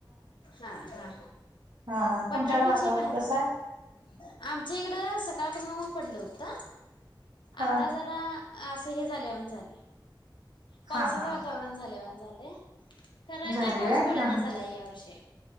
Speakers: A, on the left; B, on the right.
A: हा. हा.
B: हा तुमच्याकडे
A: बटाटूची
B: वातावरण
A: भाजी
B: कसं आहे
A: आम आ इकडं सकाळपासून ऊन पडलं होत,
B: हा
A: आता जरा अस हे झाल्या वाणी झालय, पावसाच
B: हा हा
A: वातावरण झाल्यावाणी झालंय. खर
B: झालेलं
A: काय पाऊस पडना
B: आहे
A: झालाय या वर्षी